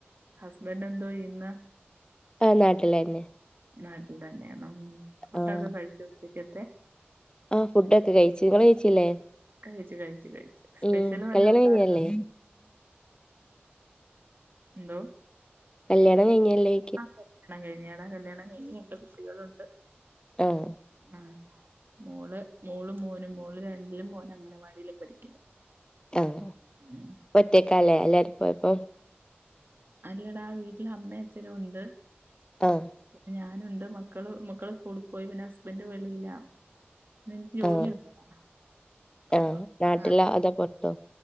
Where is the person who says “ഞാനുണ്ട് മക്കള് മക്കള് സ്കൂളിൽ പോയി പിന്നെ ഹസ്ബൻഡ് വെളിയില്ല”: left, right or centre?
Right